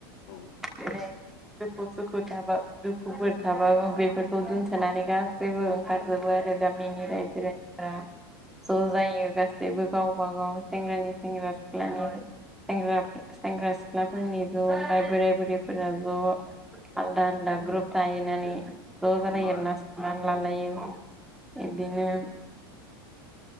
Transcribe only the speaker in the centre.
<unintelligible> दुखु सुखु थाबा दुखुफोर थाबाबो बेफोरखौ दोनथ'नानै गासैबो ओंखारजोबो आरो गामिनि
रायजो राजाफोरा ज' जायो गासैबो गावबा गाव सेंग्रानि सेंग्रा सिख्लानि सेंग्रा सेंग्रा सिख्लाफोरनि ज' ओमफ्राय बोराइ बुरैफोरा ज' आलदा
आलदा ग्रुप थाहैनानै ज जालायो
इरनान लालायो।
बिदिनो